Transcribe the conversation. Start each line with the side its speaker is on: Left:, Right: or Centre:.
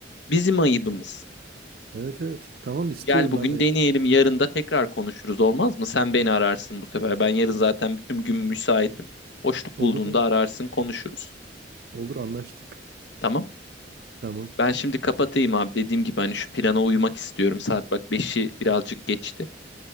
Left: Bizim ayıbımız.
Right: Evet evet. Tamam istiyorum
Left: Gel bugün
Right: ben de.
Left: deneyelim, yarın da tekrar konuşuruz olmaz mı? Sen beni ararsın bu sefer. Ben yarın zaten bütün gün müsaitim. Boşluk
Right: Olur.
Left: bulduğunda ararsın, konuşuruz.
Right: Olur anlaştık.
Left: Tamam?
Right: Tamam.
Left: Ben şimdi kapatayım abi. Dediğim gibi hani şu plana uymak istiyorum. Saat bak beşi birazcık geçti.